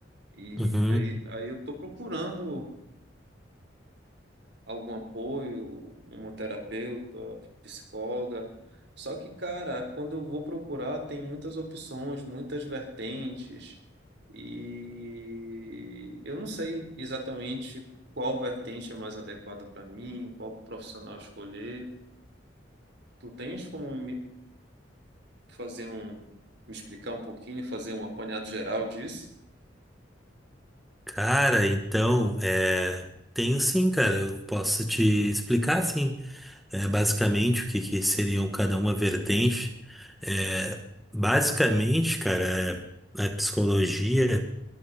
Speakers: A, on the right; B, in the centre.
A: E
B: Uhum.
A: aí, aí eu tô procurando algum apoio, uma terapeuta, psicóloga. Só que, cara, quando eu vou procurar, tem muitas opções, muitas vertentes, e eu não sei exatamente qual vertente é mais adequada para mim, qual profissional escolher. Tu tens como me fazer um, me explicar um pouquinho, fazer um apanhado geral disso?
B: Cara, então, é... tenho sim, cara. Eu posso te explicar, sim, é, basicamente o que, que seriam cada uma vertente. É, Basicamente, cara, é, a psicologia